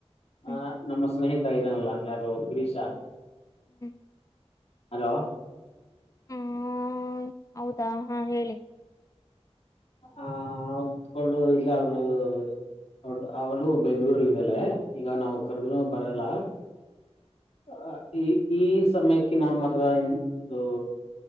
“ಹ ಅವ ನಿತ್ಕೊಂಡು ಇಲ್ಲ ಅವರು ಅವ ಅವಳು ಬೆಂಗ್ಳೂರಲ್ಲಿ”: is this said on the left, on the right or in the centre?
Left